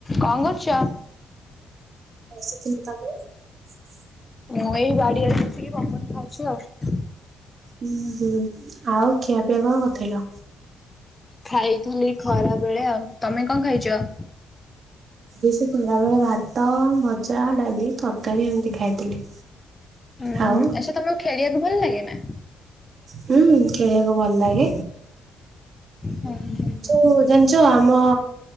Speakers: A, on the left (about 20°); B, on the right (about 50°).
A: କଣ କରୁଚ?
B: <unintelligible>
A: ମୁଁ ଏଇ ବାଡିଆଡେ ବସିକି ପବନ ଖାଉଛୁ ଆଉ।
B: ଉଁ ହୁଁ ଆଉ ଖିଆପିଆ କଣ କରିଥିଲ?
A: ଖାଇଥିଲି ଖରା ବେଳେ ଆଉ ତମେ କଣ ଖାଇଚ?
B: ମୁ ଵି ସେଇ ଖଲାବେଳେ ଭାତ ଭଜା ଡାଲି ତରକାରୀ ଏମିତି ଖାଇଥିଲି।
A: ହୁଁ
B: ଆଉ
A: ହୁଁ ଆଛା ତମକୁ ଖେଳିବାକୁ ଭଲ ଲାଗେ ନା?
B: ହୁଁ ଖେଳିବାକୁ ଭଲ ଲାଗେ?
A: ହଉ ହଉ।
B: ଯୋଉ ଜାଣିଚ ଆମ